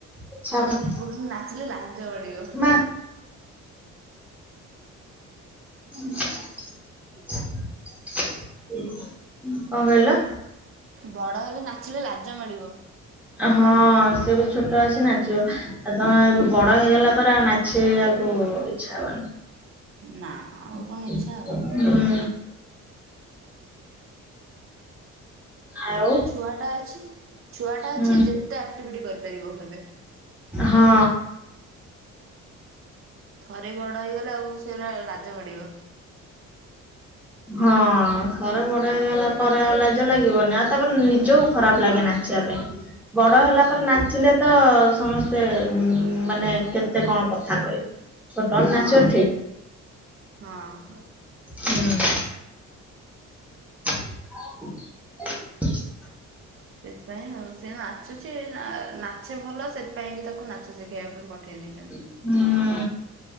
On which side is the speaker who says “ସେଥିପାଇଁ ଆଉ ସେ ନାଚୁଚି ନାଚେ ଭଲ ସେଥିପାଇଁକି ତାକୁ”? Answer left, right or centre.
Right